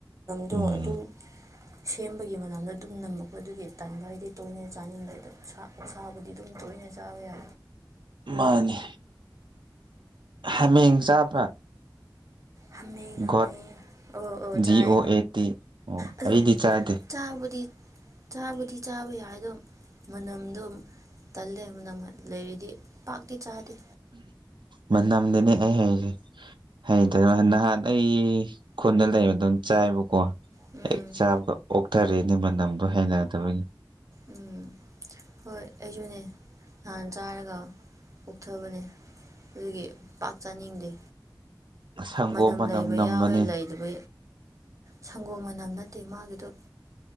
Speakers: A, on the right (about 45°); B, on the right (about 85°).
A: ꯑꯗꯣ
B: ꯎꯝ
A: ꯑꯗꯨꯝ ꯁꯦꯝꯕꯒꯤ ꯃꯅꯥꯝꯗ ꯑꯗꯨꯝ ꯅꯝꯃꯛꯄꯗꯨꯒꯤ ꯇꯟꯕ ꯍꯥꯏꯗꯤ ꯇꯣꯏꯅ ꯆꯥꯅꯤꯡꯕ ꯑꯗꯣ ꯁꯥꯕꯨꯗꯤ ꯑꯗꯨꯝ ꯇꯣꯏꯅ ꯃꯖꯥꯕ ꯌꯥ
B: ꯃꯥꯅꯦ ꯍꯥꯃꯦꯡ ꯆꯥꯕ
A: ꯍꯥꯃꯦꯡ ꯍꯥꯃꯦꯡ
B: ꯒꯣꯠ
A: ꯑꯣ
B: ꯖꯤ
A: ꯆꯥꯏ
B: ꯑꯣ ꯑꯦ ꯇꯤ ꯑꯣ
A: ꯑꯗꯣ
B: ꯑꯩꯗꯤ ꯆꯥꯗꯦ
A: ꯆꯥꯕꯨꯗꯤ ꯆꯥꯕꯨꯗꯤ ꯆꯥꯕ ꯌꯥꯏꯗꯣ ꯃꯅꯝꯗꯣ ꯇꯜꯂꯦ ꯃꯅ ꯂꯩꯔꯤꯗꯤ ꯄꯥꯛꯇꯤ ꯆꯥꯗꯦ
B: ꯃꯝꯗꯅꯤ ꯑꯩ ꯍꯥꯏꯁꯦ ꯍꯩꯇ ꯅꯍꯥꯟ ꯑꯩ ꯈꯨꯟꯗ ꯂꯩꯕ ꯑꯗꯨꯝ ꯆꯥꯏꯕꯀꯣ
A: ꯎꯝ
B: ꯍ ꯆꯥꯕꯒ ꯑꯣꯛꯊꯔꯦꯅꯦ ꯃꯅꯝꯗ ꯍꯩꯅꯗꯕꯒꯤ
A: ꯎꯝ ꯍꯣꯏ ꯑꯩꯁꯨꯅꯦ ꯅꯍꯥꯟ ꯆꯥꯏ ꯀꯣꯛꯊꯕꯅꯦ ꯑꯗꯨꯒꯤ ꯄꯥꯛ ꯆꯥꯅꯤꯡꯗꯦ
B: ꯁꯪꯒꯣꯝ
A: ꯃꯅꯝ ꯂꯩꯕ
B: ꯅꯝꯕꯅꯤ
A: ꯌꯥꯎꯋꯦ ꯂꯩꯗꯕ ꯁꯪꯒꯣꯝ ꯃꯅꯝ ꯅꯠꯇꯦ ꯃꯥꯒꯤꯗꯣ